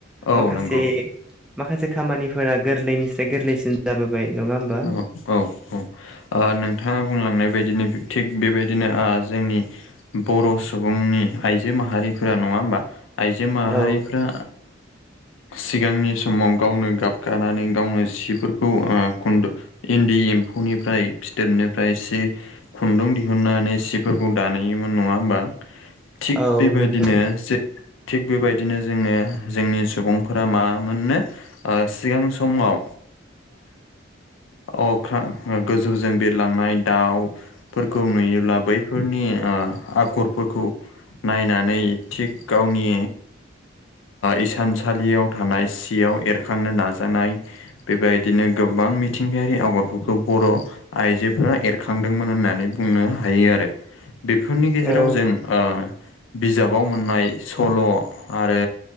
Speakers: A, on the left; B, in the centre.
A: औ
B: माखासे
A: नंगौ
B: माखासे खामानिफोरा गोरलैनि गोरलैसिन जाबोबाय नङा होमबा
A: औ औ औ नोंथाङा बुंलांनाय बायदिनो थिग बेबायदिनो जोंनि बर' सुबुंनि आइजो माहारिफोरा नङा होमबा आइजो माहारिफ्रा
B: औ
A: सिगांनि समाव गावनो गाब गानानै गावनो सिफोरखौ खुन्दु इन्दि एम्फौनिफ्राय फिथोबनिफ्राय एसे खुन्दुं दिहुननानै सिफोरखौ दानायोमोन नङा होमबा थिग
B: औ
A: बेबायदिनो
B: नंगौ
A: जे थिग बेबायदिनो जोङो जोंनि सुबुंफोरा मा मोननो ओ सिगां समाव अ गोजौजों बिरलांनाय दाउ फोरखौ नुयोब्ला बैफोरनि आगर फोरखौ नायनानै थिग गावनि इसानसालियाव थानाय सियाव एरखांनो नाजानाय बेबायदिनो गोबां मिथिंगायारि आगरफोरखौ बर' आइजोफोरा एरखांदोंमोन होननानै बुंनो हायो आरो बेफोरनि गेजेराव
B: औ
A: जों ओम बिजाबाव मोननाय सल' आरो